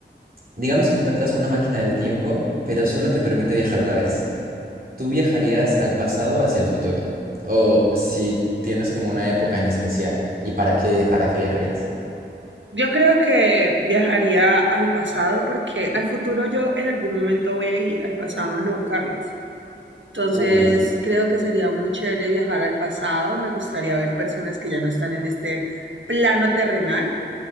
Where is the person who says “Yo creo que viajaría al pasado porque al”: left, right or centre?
Right